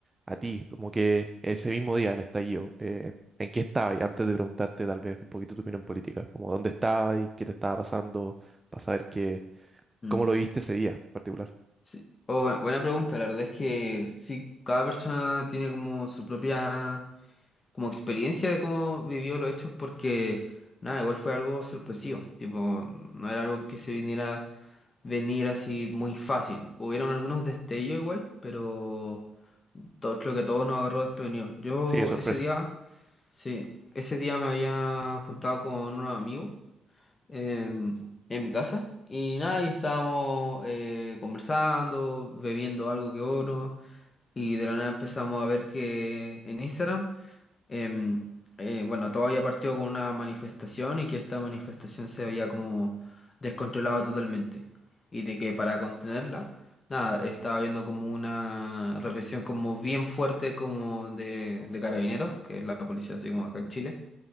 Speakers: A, on the right; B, on the left.
A: a ti, como que ese mismo día del estallido, eh, ¿en qué estabas? Y Antes de preguntarte tal vez un poquito tu opinión política, como dónde estabas y qué te estaba pasando, para saber qué
B: Mm,
A: ¿Cómo lo viste ese día en particular?
B: sí. Oh, bu- buena pregunta. La verdad es que sí, cada persona tiene como su propia como experiencia de cómo vivió los hechos porque nada, igual fue algo sorpresivo. Tipo, no era algo que se viniera venir así muy fácil. Hubieron algunos destellos igual, pero todo, creo que a todos nos agarró desprevenidos. Yo
A: Sí, de sorpresa.
B: ese día, sí, ese día me había juntado con unos amigos em, en mi casa. Y nada, y estábamos eh, conversando, bebiendo algo que otro. Y de la nada empezamos a ver que en Instagram, em, eh, bueno, todo había partido con una manifestación y que esta manifestación se había como descontrolado totalmente. Y de que para contenerla, nada, estaba viendo como una represión como bien fuerte como de, de carabineros, que es la policía así como acá en Chile.